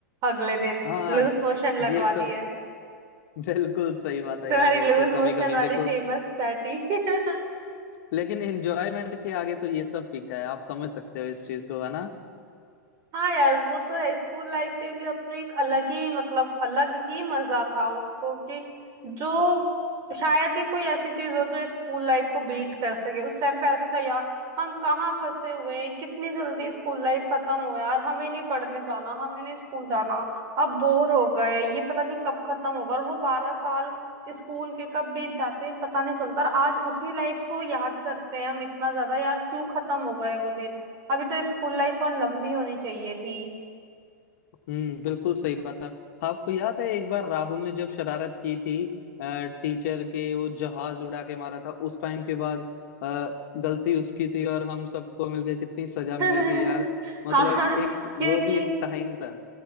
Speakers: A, on the right; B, on the left.
A: अगले दिन
B: हाँ
A: लूज मोशन लगवा
B: ये
A: लिए
B: तो बिल्कुल सही बात है
A: तुम्हारी
B: यार वो
A: लूज
B: तो कभी
A: मोशन
B: कभी
A: वाली
B: देखो
A: फेमस पैटी <laughs>
B: लेकिन एंजॉयमेंट के आगे तो ये सब फीका है आप समझ सकते हो इस चीज को है ना
A: हाँ यार वो तो है स्कूल लाइफ के भी अपने एक अलग ही मतलब अलग ही मजा था उसको कि जो शायद ही कोई ऐसी चीज हो जो स्कूल लाइफ को बीट कर सके उस टाइम पे ऐसा था यार हम कहाँ फंसे हुए हैं कितनी जल्दी स्कूल लाइफ खत्म हो यार हमें नहीं पढ़ने जाना हमें नहीं स्कूल जाना अब बोर हो गए ये पता नहीं कब खत्म होगा और वो बारह साल स्कूल के कब बीत जाते हैं पता नहीं चलता और आज उसी लाइफ को याद करते हैं हम इतना ज्यादा यार क्यों खत्म हो गए वो दिन अभी तो स्कूल लाइफ और लंबी होनी चाहिए थी
B: हम्म बिल्कुल सही बात है आपको याद है एक बार राहुल ने जब शरारत की थी टीचर के वो जहाज उड़ा के मारा था उस टाइम के बाद अ, गलती उसकी थी और हम सबको मिलके कितनी सजा
A: <laughs>
B: मिली थी यार मतलब
A: हाँ
B: एक वो
A: क्योंकि
B: भी एक टाइम था